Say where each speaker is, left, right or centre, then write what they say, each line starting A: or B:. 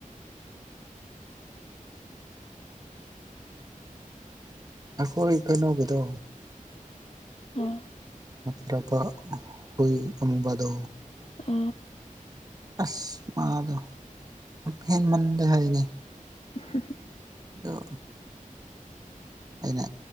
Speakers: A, on the right; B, on the left.
A: ꯑꯩꯈꯣꯏ ꯏ ꯀꯩꯅꯣꯒꯗꯣ
B: ꯎꯝ
A: ꯃꯕ ꯍ ꯑꯃꯨꯕꯗ
B: ꯑ
A: ꯑꯁ ꯃꯥꯗꯣ ꯍꯦꯟ ꯃꯜꯂꯦ ꯍꯥꯏꯅꯤ
B: ꯎ
A: ꯗ ꯑꯩꯅ